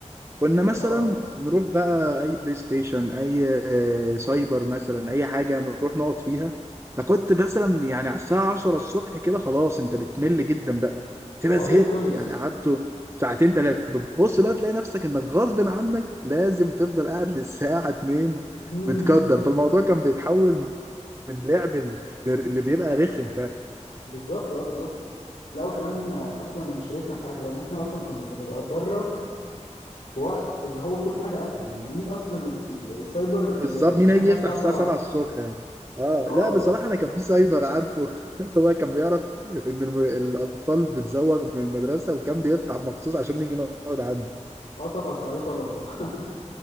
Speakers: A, on the right; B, on the left.
A: كنا مثلا
B: اه
A: نروح بقى اي بلاي ستيشن اي آه، سايبر مثلا اي حاجه نروح نقعد فيها فكنت مثلا يعني على الساعه 10 الصبح كده خلاص انت بتمل جدا بقى تبقى
B: اه
A: زهقت
B: اليوم خلص
A: يعني قعدت ساعتين ثلاثه بتبص بقى تلاقي نفسك انك غصب عنك لازم تفضل قاعد للساعه 2
B: <laughs>
A: متقدر فالموضوع كان بيتحول من لعب ال- اللي بيبقى رخم
B: بالظبط اه بالظبط لا وكمان آه، اصلا مشكلتنا في حاجه بقى ان احنا اصلا كنا بنبقى بره في وقت اللي هو كل حاجه قافله يعني مين اصلا ال- السايبر
A: بالظبط
B: اللي يبقى فاتح
A: مين هيجي
B: لنا
A: يفتح
B: الساعه
A: الساعة
B: 7
A: 7 الصبح يعني اه
B: اه
A: لا بصراحة أنا كان في سايبر عارفه <laughs> هو كان بيعرف إن الم... الأطفال بتزوغ من المدرسة وكان بيفتح مخصوص عشان نيجي نقعد عنده
B: اه طبعا كان عليه طلب طبعا